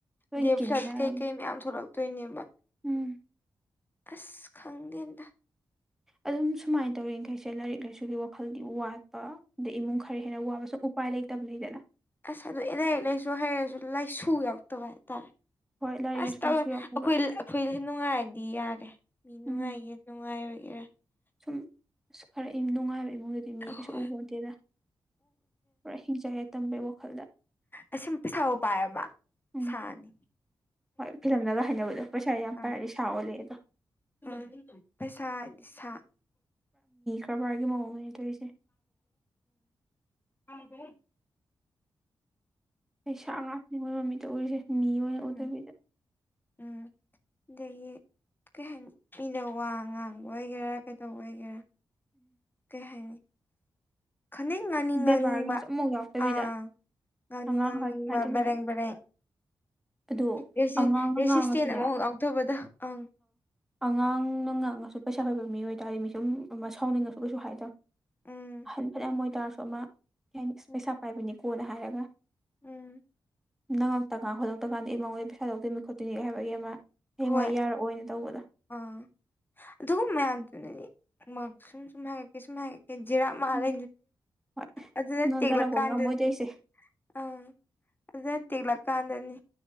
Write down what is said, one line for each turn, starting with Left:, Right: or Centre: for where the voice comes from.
Centre: ꯂꯣꯏ
Left: ꯗꯦ
Centre: ꯀꯤꯟꯊꯔꯒ
Left: ꯐ꯭ꯂꯠ ꯀꯩꯀꯩ ꯃꯌꯥꯝ ꯊꯣꯛꯂꯛꯇꯣꯏꯅꯦꯕ
Centre: ꯎꯝ
Left: ꯑꯁ ꯈꯪꯗꯦꯗ
Centre: ꯑꯗꯨꯝ ꯁꯨꯃꯥꯏꯅ ꯇꯧꯔꯤꯡ ꯈꯩꯁꯦ ꯂꯥꯏꯔꯤꯛ ꯂꯥꯏꯁꯨꯒꯤ ꯋꯥꯈꯜꯗꯤ ꯋꯥꯠꯄ ꯑꯗꯩ ꯏꯃꯨꯡ ꯈꯔ ꯍꯦꯟꯅ ꯋꯥꯕꯁꯨ ꯎꯄꯥꯏ ꯂꯩꯇꯕ ꯂꯩꯗꯅ
Left: ꯑꯁ ꯑꯗꯨ ꯑꯦꯅꯦꯛ ꯂꯩꯁꯨ ꯍꯩꯔꯁꯨ ꯂꯩꯏꯁꯨ ꯌꯥꯎꯛꯇꯕ ꯍꯥꯏꯇꯥꯔꯦ
Centre: ꯍꯣꯏ ꯂꯥꯏꯔꯤꯛ
Left: ꯑꯁ
Centre: ꯂꯥꯏꯁꯨ
Left: ꯇꯧꯋꯦ
Centre: ꯂꯥꯏꯁꯨ ꯌꯥꯝ ꯐꯕ
Left: ꯑꯈꯣꯏ-ꯑꯈꯣꯏ ꯍꯦꯟꯅ ꯅꯨꯡꯉꯥꯏꯔꯗꯤ ꯌꯥꯔꯦ ꯃꯤ ꯅꯨꯡꯉꯥꯏꯒꯦꯔꯥ
Centre: ꯎꯝ
Left: ꯅꯨꯡꯉꯥꯏꯔꯣꯏ ꯍꯔ <unintelligible>
Centre: ꯁꯨꯝ ꯈꯔꯥ ꯏꯤꯡ ꯅꯨꯡꯉꯥꯏꯕ ꯏꯃꯨꯡ ꯏꯃꯨꯡꯗꯗꯤ ꯃꯤ ꯀꯩꯁꯨ
Left: ꯍꯣꯏ
Centre: ꯎꯄꯣꯟꯇꯦꯗ ꯄꯨꯔꯥ ꯍꯤꯡꯆꯥꯥꯏ ꯌꯥꯏꯇꯝꯕꯩ ꯋꯥꯈꯜꯗ
Left: ꯑꯁꯤꯝ ꯄꯤꯁꯥꯕꯨ ꯄꯥꯏꯔꯕ
Centre: ꯎꯝ
Left: ꯁꯥꯅꯤ
Centre: ꯍꯣꯏ ꯐꯤꯂꯝꯗꯒ ꯍꯥꯏꯅꯕꯗꯣ ꯄꯩꯁꯥ ꯌꯥꯝ
Left: ꯑꯪ
Centre: ꯄꯥꯏꯔꯗꯤ ꯁꯥ ꯑꯣꯜꯂꯦ ꯑꯦꯗꯣ
Left: ꯎꯝ ꯄꯩꯁꯥ ꯁꯥ
Centre: ꯀꯔꯕꯥ꯭ꯔꯒꯤ ꯃꯑꯣꯡꯅꯦ ꯑꯩꯅ ꯇꯧꯔꯤꯁꯦ
Left: ꯍꯕꯨꯣ <unintelligible>
Centre: ꯄꯩꯁꯥ ꯉꯥꯛꯇꯅꯦ ꯃꯣꯏ ꯃꯥꯇꯤꯠꯇ ꯎꯔꯤꯁꯦ ꯃꯤ ꯑꯣꯏꯅ
Left: ꯎꯝ
Centre: ꯎꯗꯕꯤꯗ
Left: ꯎꯝ ꯑꯗꯒꯤ ꯀꯩ ꯍꯥꯏꯅꯤ ꯃꯤꯗ ꯋꯥ ꯉꯥꯡꯕ ꯑꯣꯏꯒꯦꯔꯥ ꯀꯩꯗꯧꯕ ꯑꯣꯏꯒꯦꯔꯥ ꯀꯩ ꯍꯥꯏꯅꯤ ꯈꯅꯤꯡ ꯉꯥꯡꯅꯤꯡ-ꯉꯥꯡꯅꯤꯡꯕ
Centre: ꯕꯦꯕꯥꯔꯒꯁꯨ ꯑꯃꯨꯛ ꯌꯥꯎꯗꯕꯤꯗ
Left: ꯑꯥ ꯉꯥꯅꯤꯡ-ꯉꯥꯅꯤꯡꯕ
Centre: ꯑꯉꯥꯡ ꯍꯥꯏꯗꯕꯤꯗ
Left: ꯕꯦꯔꯦꯡ-ꯕꯦꯔꯦꯡ
Centre: ꯑꯗꯣ
Left: ꯔꯦꯁꯤ-ꯔꯦꯔꯤꯁꯇꯦꯟ
Centre: ꯑꯉꯥꯡꯅ ꯉꯥꯡꯉꯁꯨꯅꯦ
Left: ꯑꯃꯨꯛ ꯂꯧꯎꯊꯥꯕꯗ ꯑꯪ
Centre: ꯑꯉꯥꯡꯅ ꯉꯥꯡꯉꯥꯁꯨ ꯄꯩꯁꯥ ꯄꯥꯏꯕ ꯃꯤ ꯑꯣꯏꯇꯥꯥꯔꯗꯤ ꯑꯗꯨꯝ ꯑꯃ ꯁꯥꯎꯅꯤꯡꯉꯥꯁꯨ ꯀꯩꯁꯨ ꯍꯥꯏꯗꯝꯅꯦ
Left: ꯎꯝ
Centre: ꯑꯍꯟ ꯐꯥꯅꯥꯌꯥꯝ ꯑꯣꯏꯇꯥꯔꯥꯁꯨ ꯑꯃ ꯍꯦꯡꯏ
Left: ꯎꯝ
Centre: ꯄꯩꯁꯥ ꯄꯥꯏꯕꯅꯤꯀꯣꯅ ꯍꯥꯏꯔꯒ
Left: ꯎꯝ
Centre: ꯅꯪꯉꯛꯇꯀꯥꯟ ꯍꯣꯠꯂꯛꯇꯀꯥꯟꯗ ꯏꯃꯨꯡꯒꯣ ꯄꯩꯁꯥ ꯂꯧꯗꯣꯏꯅꯤ ꯈꯣꯠꯇꯣꯏꯅꯤ ꯍꯥꯏꯕꯒꯤ ꯑꯃ ꯍꯌꯦꯡꯋꯥꯏ
Left: ꯍꯣꯏ
Centre: ꯌꯥꯔꯛꯑꯣꯏꯅ ꯇꯧꯕꯗꯣ
Left: ꯑꯥ ꯑꯗꯨꯒ ꯃꯌꯥꯝꯗꯨꯅꯅꯤ ꯃꯥꯉꯛ ꯁꯨꯝ-ꯁꯨꯝ ꯍꯥꯏꯈꯤ ꯁꯨꯝ ꯍꯥꯏꯒꯠꯈꯤ ꯖꯤꯔꯥꯞ ꯃꯥꯜꯂꯦ
Centre: ꯎꯝ ꯍꯣꯏ
Left: ꯑꯗꯨꯅ
Centre: ꯅꯣꯟꯊꯔꯛꯄ
Left: ꯇꯤꯂꯛꯀꯥꯟꯗꯅꯦ
Centre: ꯉꯝꯃꯣꯏꯗꯣꯏꯁꯦ
Left: ꯑꯥ ꯑꯗꯨꯅ ꯇꯦꯛꯂꯛ ꯀꯥꯟꯗꯅꯤ